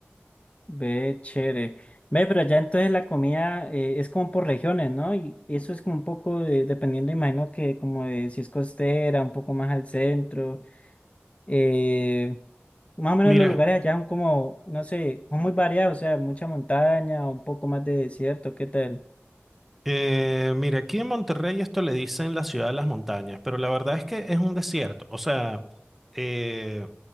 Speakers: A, on the left (about 30°); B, in the centre.
A: ve chévere. Ve, pero ya entonces la comida eh, es como por regiones, ¿no? Y eso es como un poco de- dependiendo, imagino que como de si es costera, un poco más al centro. eh, más o menos
B: Mira,
A: los lugares allá son como, no sé, son muy variados, o sea, mucha montaña, un poco más de desierto, ¿qué tal?
B: Eh, mira, aquí en Monterrey esto le dicen la ciudad de las montañas, pero la verdad es que es un desierto. O sea, eh,